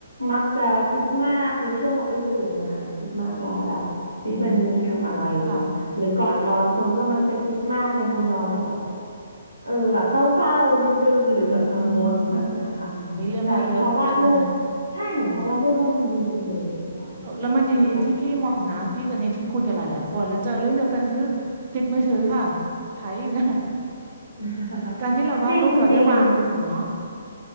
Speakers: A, on the right (about 80°); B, on the right (about 35°).
A: มักจะคิดมากในช่วงว่าเอ้ยตื่นมาคิดมากแล้วแบบเฮ้ยวันนี้ทำอะไร
B: อืมค่ะ
A: หรือก่อนนอนคนก็มักจะคิดมากในทำนองแบบแบบ
B: ใช่ไหม
A: เออแบบเศร้าๆนิดนึงหรือแบบกังวลแบบเนี้ยค่ะ
B: อืมอืมมีเรื่องให้เยอะใช่ไหม
A: แต่พอวาดรูปใช่เหมือนพอวาดรูปแล้วมันลืมไปเลยแบบว่าเฮ้ยเราโฟกัสกับการวาดรูป
B: แล้วแล้วมันดีที่พี่มองนะที่ตอนนี้ที่คุยกับหลายๆคนแล้วเจอเรื่องเดียวกันคือติดมือถือค่ะไถอยู่นั่นแหละ <laughs>
A: <laughs>
B: การที่เราวาดรูปเราได้วางมือถือเนาะ
A: จริงจริง